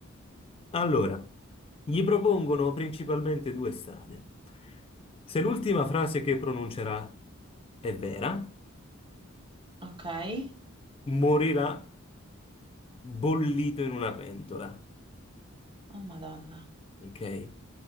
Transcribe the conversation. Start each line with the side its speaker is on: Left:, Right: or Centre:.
Left: Allora, gli propongono principalmente due strade. Se l'ultima frase che pronuncerà è vera,
Right: Okay.
Left: morirà bollito in una pentola,
Right: Oh madonna.
Left: ok?